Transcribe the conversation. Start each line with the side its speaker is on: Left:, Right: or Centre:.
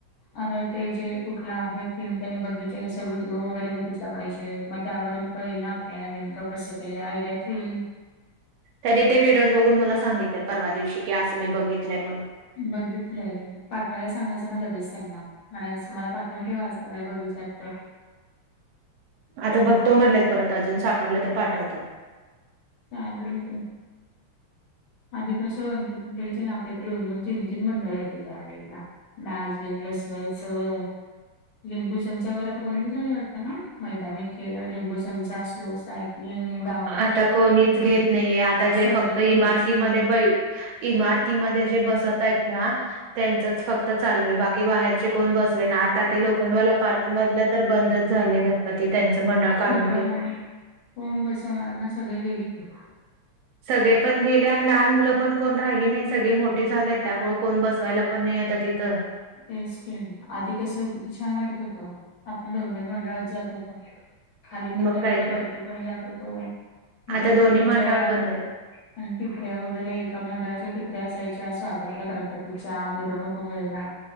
Left: अता ते जे कुठला आहे थीम त्यांनी बघितले कसं व्हिडीिओ वगैरे बघितला पाहिजे. मग त्यावरून कळेल ना आपल्याला नेमकं कसं केलं आयडियात येईल.
Right: त्यांनी ते व्हिडिओज बघून मला सांगितलेत परवा दिवशी की असं मी बघितलंय म्हणून.
Left: बघितलंय पाठवायला सांगायचं ना लगेच त्यांना म्हणा मला पाठवून ठेवा अस. तिला काय बघितलं तर.
Right: आता बघ तो म्हणलेत परत अजून सापडलं तर पाठवतो.
Left: चालल की. आधी कसं गणपतीगेच ना आपल्या दोन दोन तीन तीन मंडळ होते त्यावेेळेला. डान्स बीन्स बसवायचं. लिंबू चमचा वगैरे आता बंदी झालं वाटतं ना मैदानी खेळ लिंबू चमचा लोसा हम् बा
Right: आता कोणीच घेत नाहीये आता जे
Left: संगीत
Right: फक्त इमारतीमध्ये
Left: खुर्ची
Right: ब इमारतीमध्ये जे बसतय ना त्यांचच फक्त चालू आहे बाकी बाहेरचे कोण बसवे ना आता ते लोखंडवाला पार्क मधलं तर बंदच झालं गणपती त्यांच मंडळ. काढून
Left: इकड
Right: घेतले
Left: कोन कोन बसवणार ना सगळे गेले क
Right: सगळे पण गेले आणि लहान मुलं पण कोण राहिली नाही सगळे मोठे झाले त्यामुळे कोण बसवायला पण नाही आता तिथं
Left: एस प आधी केसर किती छान वाटत होत. आपण दोन दोन मंडळात जात होतो खाली पण
Right: मग
Left: जात
Right: काय
Left: होतो
Right: तर
Left: वरती पण जात होतो
Right: आता
Left: प्रत्येकाच्या
Right: दोन्ही मंडळ बंद
Left: आणि
Right: आहेत
Left: टिपऱ्या वगैरे एका मंडळाच्या टिपऱ्या असायच्या स्वागताला गणपतीच्या मिरवणूक वेळेला.